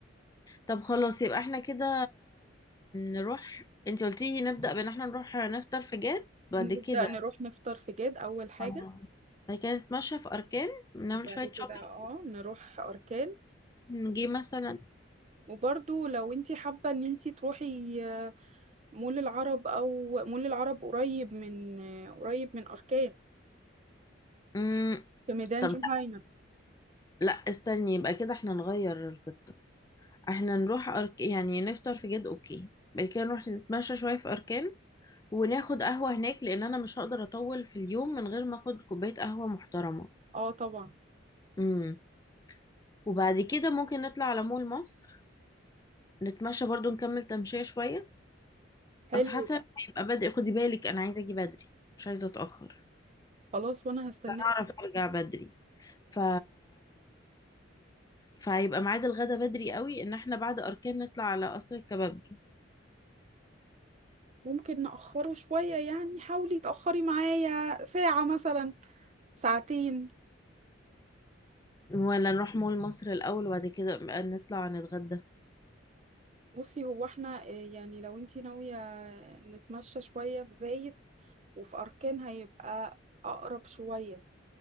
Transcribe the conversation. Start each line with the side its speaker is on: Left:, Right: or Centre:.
Left: طب خلاص يبقى احنا كده نروح انت قلتي نبدأ بان احنا نروح نفطر في جاد بعد
Right: نبدأ
Left: كده
Right: نروح نفطر في جاد أول حاجة
Left: آه، بعد كده نتمشى في اركان نعمل
Right: وبعد
Left: شوية
Right: كده
Left: شوبينج
Right: اه نروح أركان
Left: نجي مثلا
Right: وبرضو لو انتي حابة ان انتي تروحي مول العرب او مول العرب قريب من قريب من اركان
Left: مم،
Right: في ميدان
Left: طب
Right: جهينة
Left: لا استني يبقى كده احنا نغير الخطة احنا نروح أرك... يعني نفطر في جد اوكي بعد كده نروح نتمشى شوية في أركان وناخد قهوة هناك لأن أنا مش هقدر أطول في اليوم من غير ما أخد كوباية قهوة محترمة
Right: اه طبعا
Left: امم وبعد كده ممكن نطلع على مول مصر نتمشى برضو نكمل تمشية شوية
Right: حلو
Left: أصل حسب
Right: ده
Left: هيبقى بدري خدي بالك أنا عايزة أجي بدري مش عايزة أتأخر
Right: خلاص وانا هستناك
Left: أعرف أرجع بدري ف فهيبقى ميعاد الغدا بدري قوي إن احنا بعد أركان نطلع على قصر الكبابجي
Right: ممكن نأخره شوية يعني حاولي تأخري معايا ساعة مثلا ساعتين
Left: ولا نروح مول مصر الأول وبعد كده بقى نطلع نتغدى
Right: بصي هو احنا آه، يعني لو انتي ناوية نتمشى شوية في زايد وفي أركان هيبقى أقرب شوية